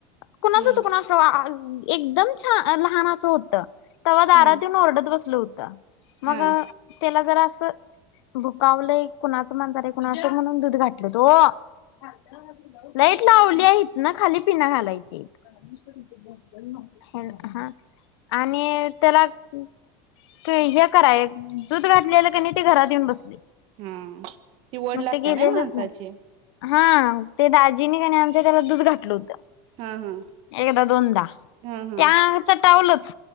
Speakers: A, on the left; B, on the right.
A: कुणाचं
B: हम्म
A: हो त कुणाच ठाऊक. एकदम छान लहान असं होतं. तेव्हा दारात
B: हम्म
A: येऊन आरडत बसल होतं. <unintelligible> मग
B: हा
A: त्याला जरा अस. <unintelligible> भुकावलं एक कुणाच मांजर आहे कुणाचं ठाऊक म्हणून <unintelligible> ते घरात येऊन बसले.
B: हा ती वड
A: मग
B: लागते
A: ते गेलेलंच
B: ना माणसाची
A: नाही. हा ते दाजीने आमच्या त्याला दूध घातलं होतं.
B: हा हा
A: एकदा दोनदा
B: हा हा
A: त्या चटावलच.